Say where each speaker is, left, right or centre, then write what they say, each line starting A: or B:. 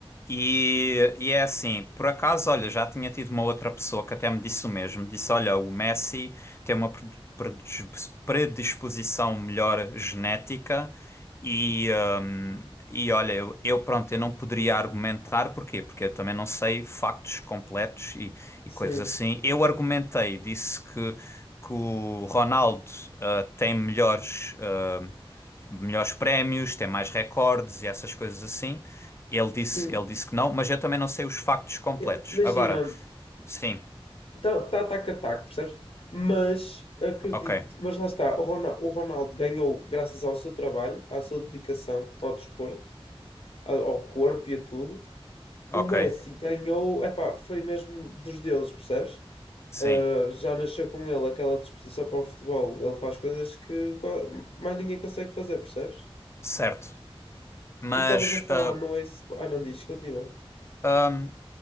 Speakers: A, on the left; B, on the left.
A: E, e é assim, por acaso, olha, já tinha tido uma outra pessoa que até me disse o mesmo. Disse: olha, o Messi tem uma pred- predispo- predisposição melhor genética, e, hum, e olha, eu, eu, pronto, eu não poderia argumentar porquê, porque eu também não sei factos completos e, e
B: Sim,
A: coisas assim. Eu argumentei, disse que, que o Ronaldo ah, tem melhores. hum, melhores prémios, tem mais recordes e essas coisas assim. Ele disse,
B: sim.
A: ele disse que não, mas eu também não sei os factos completos.
B: Eu- imagina.
A: Agora, sim,
B: Tá, tá ataque a ataque, percebes? Mas acredito,
A: ok,
B: mas lá está, o Ronaldo, o Ronaldo ganhou graças ao seu trabalho, à sua dedicação ao desporto, a- ao corpo e a tudo.
A: ok,
B: O Messi ganhou, epá, foi mesmo dos deuses, percebes?
A: sim,
B: Ah, já nasceu com ele aquela disposição para o futebol. Ele faz coisas que qua- mais ninguém consegue fazer, percebes?
A: certo. Mas
B: E estavas a falar,
A: ah,
B: não é? Ah, não diz, continua.
A: ah,